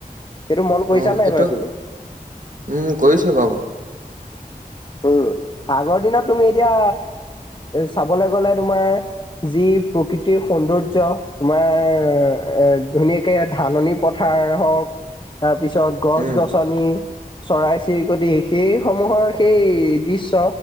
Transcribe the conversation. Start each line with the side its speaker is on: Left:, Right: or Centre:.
Left: সেইটো মন কৰিছা
Right: অ
Left: নাই
Right: সেইটো
Left: বাৰু তুমি।
Right: উম কৰিছো বাৰু
Left: উম, আগৰ দিনত তুমি এতিয়া চাবলৈ গ'লে তোমাৰ যি প্ৰকৃতিৰ সৌন্দৰ্য তোমাৰ এ ধুনীয়াকে ধাননি পথাৰ হওক তাৰ পিছত গছ
Right: উম
Left: গছনি চৰাই চিৰিকটি সেই সমূহৰ সেই দৃশ্য